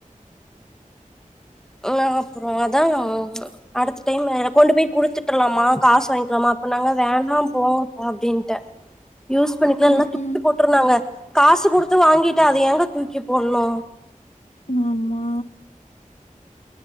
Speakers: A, in the centre; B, on the left.
A: இல்ல அப்றோ அதா அடுத்த டைமு கொண்டு போய் குடுத்துட்ரலாமா காசு வாங்கிலாமா அப்ப நாங்க வேண்டா போ போ அப்டின்ட்டே யூஸ் பண்ணிக்கலா இல்லனா
B: ம்
A: தூக்கி
B: ம்
A: போட்ருலாங்க காசு குடுத்து வாங்கிட்டு அத ஏங்க தூக்கி போணு
B: ஆமா